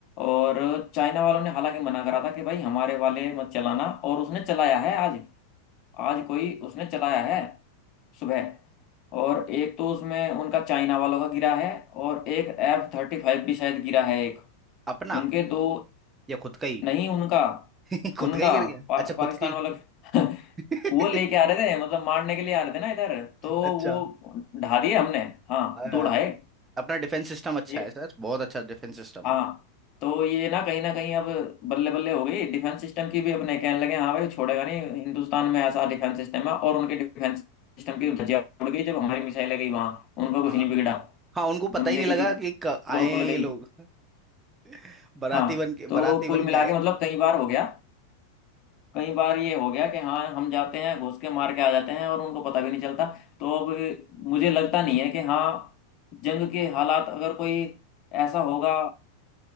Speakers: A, on the left (about 35°); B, on the right (about 15°).
A: और चाइना वालों ने हालांकि मना करा था कि भाई हमारे वाले मत चलाना और उसने चलाया है आज आज कोई उसने चलाया है सुबह और एक तो उसमें उनका चाइना वालों का गिरा है और एक एफ थर्टी फाइव भी शायद गिरा है एक
B: अपना
A: उनके दो
B: या खुद का ही
A: नहीं उनका
B: <laughs> खुद
A: उनका
B: का ही गिर गया
A: पा,
B: अच्छा
A: पाकिस्तान
B: खुद का
A: वालों के- <laughs>
B: ही
A: वो लेके
B: <laughs>
A: आ रहे थे मतलब मारने के लिए आ रहे थे ना इधर तो
B: अच्छा
A: वो ढा दिए हमने हाँ
B: हाँ,
A: दो ढाए
B: अपना डिफेंस सिस्टम अच्छा
A: एक
B: है सर बहुत अच्छा डिफेंस सिस्टम
A: हाँ
B: है
A: तो ये ना कहीं ना कहीं अब बल्ले बल्ले हो गई डिफेंस सिस्टम की भी अपने कहने लगे हाँ भाई छोड़ेगा नहीं हिंदुस्तान में ऐसा डिफेंस सिस्टम है और उनके डिफेंस सिस्टम की धज्जियां उड़ गई जब हमारी मिसाइलें गई वहां उनका कुछ
B: हाँ।
A: नहीं बिगड़ा
B: हाँ उनको पता
A: उनके
B: ही नहीं
A: की
B: लगा
A: भी पोल
B: कि क- आए हैं
A: खुल
B: ये
A: गई
B: लोग <laughs> बाराती
A: हाँ
B: बन के बाराती
A: तो कुल
B: बन के
A: मिला
B: आए
A: के मतलब कई बार हो गया कई बार ये हो गया कि हाँ हम जाते हैं घुस के मार के आ जाते हैं और उनको पता भी नहीं चलता तो अब मुझे लगता नहीं है कि हाँ जंग के हालात अगर कोई ऐसा होगा